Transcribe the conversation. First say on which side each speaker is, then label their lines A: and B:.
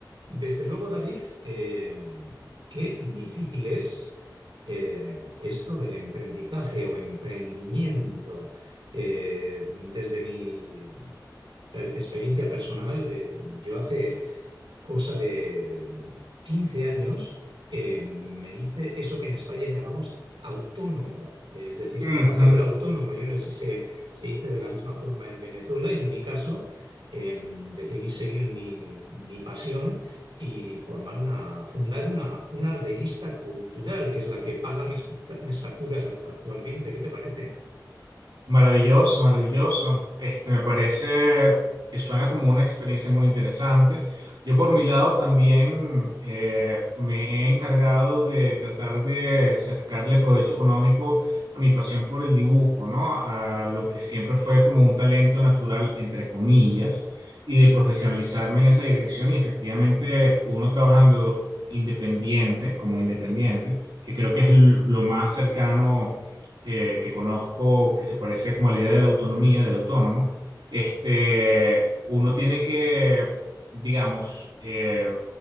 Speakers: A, on the right; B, on the right.
A: Desde luego, David, eh, qué difícil es eh, esto del emprendizaje o emprendimiento. Eh, desde mi per- experiencia personal, eh, yo hace cosa de 15 años, eh, me hice eso que en España llamamos autónomo, es decir,
B: Ujú.
A: trabajador autónomo. Yo no sé si se, se dice de la misma forma en Venezuela y en mi caso eh, decidí seguir mi, mi pasión y formar una, fundar una, una revista cultural, que es la que paga mis, mis facturas actualmente. ¿Qué te parece?
B: Maravilloso, maravilloso. Este, me parece que suena como una experiencia muy interesante. Yo por mi lado también eh, me he encargado de tratar de sacarle provecho económico a mi pasión por el dibujo, ¿no? A lo que siempre fue como un talento natural, entre comillas, y de profesionalizarme en esa dirección. Y efectivamente, uno trabajando independiente, como independiente, que creo que es l- lo más cercano que, que conozco que se parece como a la idea de la autonomía, del autónomo, este, uno tiene que, digamos, eh,